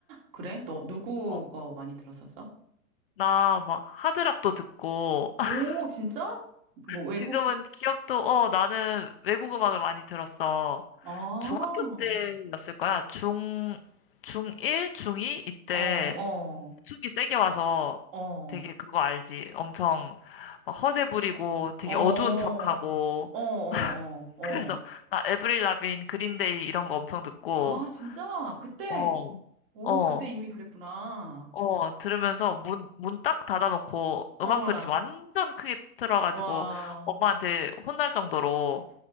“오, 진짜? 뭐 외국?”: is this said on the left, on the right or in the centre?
Right